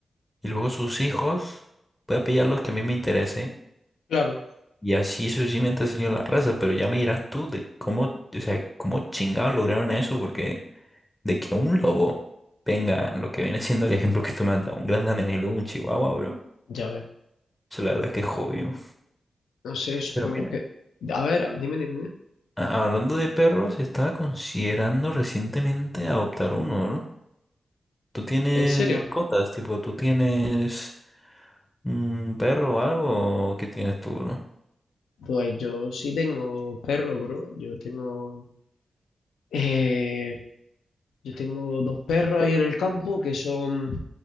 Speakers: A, on the left (about 20°); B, on the left (about 80°).
A: y luego sus hijos, voy a pillar los que a mí me interese,
B: Claro,
A: y así sucesivamente ha salido la raza, pero ya me dirás tú de cómo, o sea, cómo chingados lograron eso, porque de que un lobo venga, lo que viene siendo el ejemplo que tú me has dado, un gran danés y luego un chihuahua, bro,
B: ya ves.
A: eso la verdad que es jodido.
B: No sé, supongo
A: Pero mira.
B: que... A ver, dime, dime, dime.
A: A- Hablando de perros, estaba considerando recientemente adoptar uno, ¿no? ¿Tú tienes
B: ¿En serio?
A: mascotas? Tipo, ¿tú tienes un perro o algo? ¿O ¿qué tienes tú, no?
B: Pues yo sí tengo perro, bro. Yo tengo... eh, yo tengo dos perros ahí en el campo que son